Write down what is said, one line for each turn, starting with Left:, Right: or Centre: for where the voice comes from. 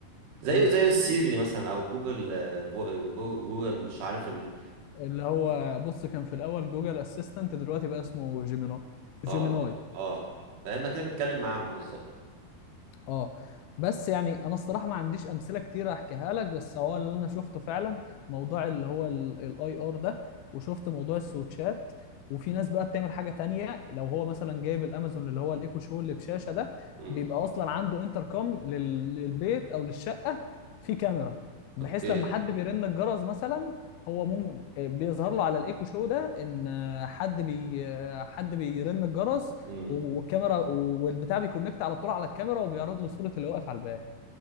Right: زيه
Left: امم
Right: زي السيري مثلا او جوجل آه، فو- جو- جوجل مش عارف ال
Left: اللي هو بص كان في الاول جوجل اسيستنت دلوقتي بقى اسمه جيميناي جيميناي
Right: اه اه فاما كده بتتكلم معاهم بالظبط
Left: اه بس يعني انا الصراحه ما عنديش امثله كتير احكيها لك بس هو اللي انا شفته فعلا موضوع اللي هو الاي ار ده وشفت موضوع السويتشات وفي ناس بقى بتعمل حاجه تانية لو هو مثلا جايب الامازون اللي هو الايكو شو اللي بشاشه ده
Right: امم
Left: بيبقى اصلا عنده انتركم لل- للبيت او للشقه في كاميرا بحيث
Right: اوكي
Left: لما حد بيرن الجرس مثلا هو ممكن آه، بيظهر له على الايكو شو ده ان آه، حد بي آه، حد بيرن الجرس
Right: امم
Left: و- والكاميرا والبتاع بيكونكت على طول على الكاميرا وبيعرض له صورة اللي واقف على الباب